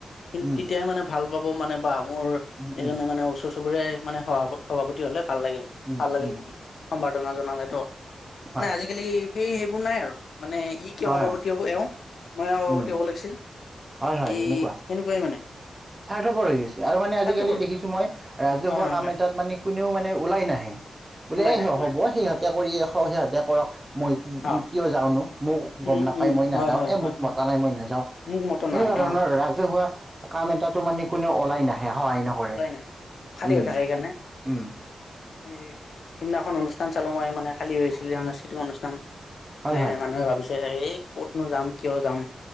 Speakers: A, on the left (about 65°); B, on the right (about 15°).
A: কিন্ত
B: উম
A: তেতিয়াই মানে। ভাল পাব মানে বা মোৰ
B: উম
A: এজনে
B: উম
A: মানে ওচৰ চুবুৰীয়াই মানে সভাপ - সভাপতি হ'লে ভাল লাগিল।
B: উম
A: ভাল লাগিল
B: উম
A: শুনি সম্বাৰ্ধনা জনালে তেওঁক
B: হয়
A: মানে আজিকালি। সেই সেইবোৰ নাই আৰু মানে ই কিয়
B: হয়
A: সভাপতি
B: হয়
A: হ'ব এওঁ। মই সোভাপতি
B: উম
A: হ'ব লাগিছিল
B: হয় হয়
A: এই
B: সেনেকুৱা
A: সেনেকুৱাই মানে।
B: স্বাৰ্থপৰ হৈ গৈছে আৰু মানে আজিকালি
A: স্বাৰ্থপৰ
B: দেখিছো মই ৰাজহুৱা
A: হয় হয়
B: কাম
A: হয়
B: এটাত মানে কোনেও মানে ওলাই নাহে। বোলে
A: ওলাই
B: এ
A: নাই ওলাই
B: হ'ব
A: নাই
B: সিহঁতে কৰি সিহঁতে কৰক। মই কিয়
A: অ
B: যাওঁনো মোক
A: উম
B: গম নাপাই
A: উম
B: মই
A: হয়
B: নাযাওঁ
A: হয়
B: এ
A: হয়
B: মোক মতা নাই মই নাযাওঁ।
A: মোক মতা নাই
B: এনেকুৱা ধৰণৰ
A: অ
B: ৰাজহুৱা। কাম এটাটো মানে কোনেও ওলাই নাহে সহায় নকৰে
A: ওলাই নাই খালী
B: উম
A: হৈ থাকে সেইকাৰণে
B: উম।
A: এই সিদিনাখন অনুষ্ঠান চালো মই মানে খালী হৈছিল সাংস্কৃতিক অনুষ্ঠান।
B: হয়
A: মানে
B: হয়
A: মানুহে ভাবিছে চাগে এই কতনো যাম কিয় যাম